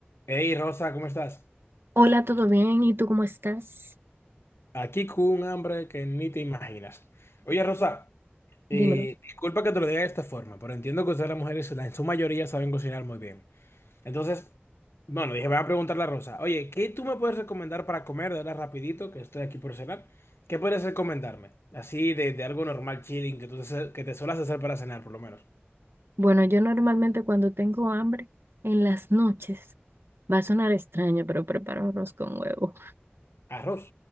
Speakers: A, on the left; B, on the right.
A: Hey Rosa, ¿cómo estás?
B: Hola, ¿todo bien? ¿Y tú cómo estás?
A: Aquí con un hambre que ni te imaginas. Oye Rosa, eh,
B: Dímelo.
A: disculpa que te lo diga de esta forma, pero entiendo que ustedes las mujeres la- en su mayoría saben cocinar muy bien. Entonces, bueno, dije, voy a preguntarle a Rosa, oye, ¿qué tú me puedes recomendar para comer de ahora rapidito, que estoy aquí por cenar? ¿Qué puedes recomendarme? Así de, de algo normal, chilling, que tú te, que te suelas hacer para cenar, por lo menos.
B: Bueno, yo normalmente cuando tengo hambre en las noches, va a sonar extraño, pero preparo arroz con huevo.
A: Arroz.